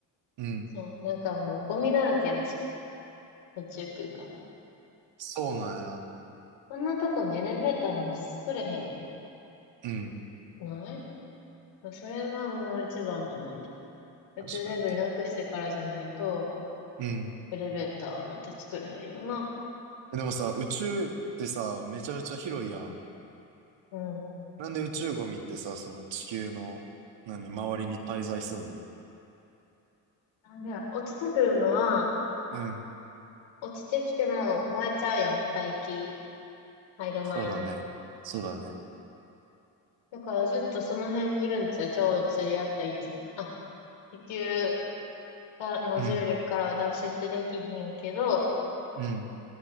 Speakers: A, on the right; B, on the left.
A: ー、うん。
B: そう、なんかもうゴミだらけらしく、宇宙空間。
A: そうなんや。
B: そんなとこにエレベーターなんて作れへんやん。
A: うん。
B: ないそれがもう一番の問題。宇宙デブリなくしてからじゃないと、
A: 確かにねうん。
B: エレベーターなんて作れへんよな。
A: でもさ、宇宙ってさ、めちゃめちゃ広いやん。
B: うん。うん
A: なんで宇宙ゴミってさ、その地球の、何、周りに滞在するの
B: なんで、落ちてくるのは、
A: うん。
B: 落ちてきても燃えちゃうやん、大気入る前に。
A: そうだね。そうだね。
B: だからずっとその辺にいるんちゃう、ちょうど釣り合った位置に。あ、地球がの重力からは脱出できひんけど、
A: うん。うん。